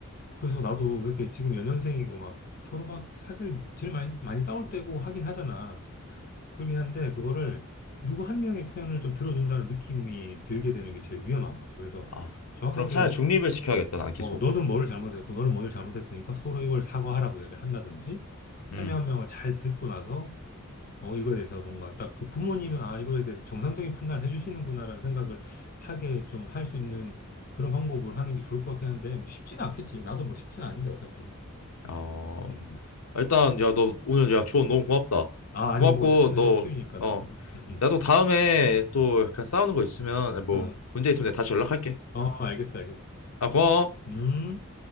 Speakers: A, on the left (about 40°); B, on the left (about 80°).
A: 그래서 나도 이렇게 지금 연년생이고 막 서로 막 사실 제일 많이, 많이 싸울 때고 하긴 하잖아. 그러긴 한데 그거를 누구 한 명의 표현을 좀 들어준다는 느낌이 들게 되는 게 제일 위험한 것 같아. 그래서
B: 아,
A: 정확하게
B: 그럼 차라리 중립을 시켜야겠다. 나는 계속.
A: 어, 너는 뭐를 잘못했고 너는 뭘 잘못했으니까 서로 이걸 사과하라고 얘기를 한다든지 한
B: 음,
A: 명 한 명을 잘 듣고 나서 어, 이거에 대해서 뭔가 딱 그 부모님은 아, 이거에 대해서 정상적인 판단을 해주시는구나라는 생각을 하게 좀 할 수 있는 그런 방법을 하는 게 좋을 것 같긴 한데, 뭐 쉽지는 않겠지. 나도 뭐 쉽지는 않은데, 어차피.
B: 어.
A: 음.
B: 아, 일단 야 너 오늘 야 조언 너무 고맙다.
A: 아, 아니,
B: 고맙고
A: 뭐 어쨌든
B: 너
A: 애 키우니까
B: 어
A: 나도. <laughs>
B: 나도 다음에 또
A: 어,
B: 그냥 싸우는 거 있으면 아, 뭐
A: 응.
B: 문제 있으면 내가 다시 연락할게.
A: 어, 알겠어, 알겠어.
B: 아 고마워.
A: 음.